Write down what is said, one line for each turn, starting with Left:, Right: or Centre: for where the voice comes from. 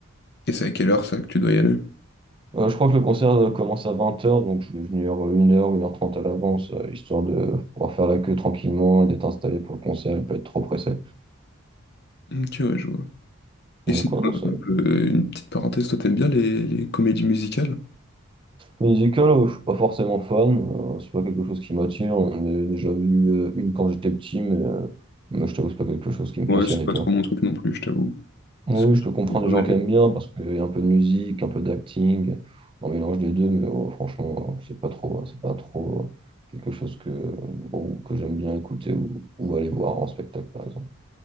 Left: Et c'est à quelle heure ça que tu dois y aller?
Right: Euh, je crois que le concert euh, commence à vingt heures donc je vais venir une heure une heure trente à l'avance, euh, histoire de pouvoir faire la queue tranquillement et d'être installé pour le concert et pas être trop pressé.
Left: Ok, ouais, je vois. Et
Right: Donc,
Left: sinon,
Right: ouais, non, ça,
Left: un peu- une petite parenthèse, toi, t'aimes bien les, les comédies musicales?
Right: Musical, euh, je suis pas forcément fan, euh, c'est pas quelque chose qui m'attire. On en a déjà vu euh, une quand j'étais petit, mais, euh, mais je t'avoue, c'est pas quelque chose qui me
Left: Ouais,
Right: passionne
Left: c'est
Right: et
Left: pas
Right: toi.
Left: trop mon truc non plus, je t'avoue.
Right: Oui,
Left: Parce que
Right: je peux comprendre
Left: j'ai pas
Right: les
Left: mal
Right: gens qui
Left: de-
Right: aiment bien parce qu'il y a un peu de musique, un peu d'acting, un mélange des deux, mais euh, franchement, euh, c'est pas trop, c'est pas trop euh, quelque chose que, bon, que j'aime bien écouter ou, ou aller voir en spectacle, par exemple.